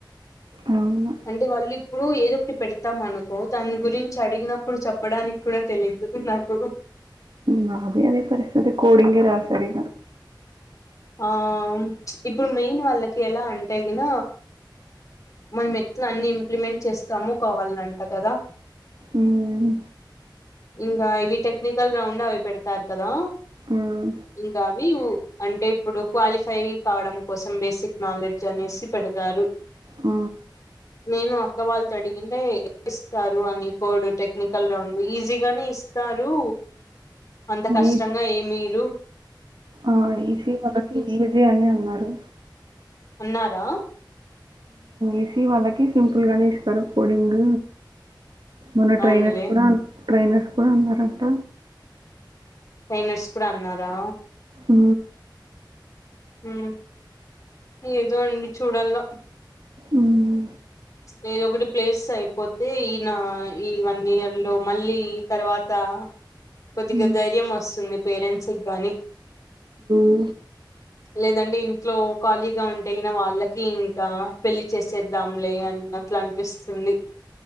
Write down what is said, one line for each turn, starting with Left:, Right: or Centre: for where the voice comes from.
Left: <inaudible>
Right: అవును
Left: అంటే వాళ్ళు ఇప్పుడు ఏదొ ఒకటి పెడతాం అనుకో దాని గురించి అడిగినప్పుడు చెప్పడానికి కూడా తెలీదు లాంటూడు
Right: నాది అదే పరిస్థితి కోడింగ్ ఏ రాసారు
Left: ఆ ఇప్పుడు మెయిన్ వాళ్ళకి ఎలా అంటే గిన మనం ఎట్ల అన్ని ఇంప్లిమెంట్ చేస్తాము కావాలంట కదా
Right: మ్మ్.
Left: ఇంకా ఇవి టెక్నికల్ రౌండ్ అవి పెడతారు కదా
Right: మ్మ్.
Left: ఇంకా అవి అంటే ఇప్పుడు క్వాలిఫై కావడం కోసం బేసిక్ నాలెడ్జ్ అనేసి పెడతారు
Right: ఆ
Left: <inaudible> నేను అక్క వాళ్ళతో అడిగితే ఇస్తారు అని కోడ్ టెక్నికల్ రౌండ్ ఈజీ గానే ఇస్తారు అంత కష్టంగా
Right: ఈసీ
Left: ఏమియ్యరు
Right: ఆ ఇసి వాళ్ళకి ఈజీ అని అన్నారు
Left: అన్నారా
Right: ఇసి వాళ్లకి సింపుల్గానే ఇస్తారు కోడింగ్ మొన్న
Left: అవునులే
Right: ట్రైనర్స్ కూడా ట్రైనర్స్ కూడా అన్నారంట
Left: ట్రైనర్స్ కూడా అన్నారా
Right: ఉ
Left: ఉ ఏదో అండి చూడాలా
Right: ఉమ్,
Left: ఏద ఒకటి ప్లేస్ అయిపోతే ఈయన ఈ వన్ ఇయర్ లో మళ్ళీ తర్వాత కొద్దిగా
Right: ఉమ్,
Left: ధైర్యం వస్తుంది పేరెంట్స్ గాని
Right: ఉ
Left: లేదంటే ఇంట్లో ఖాళీగా ఉంటే వాళ్ళకి ఇంకా పెళ్లి చేసేద్దాంలే అట్లా అనిపిస్తుంది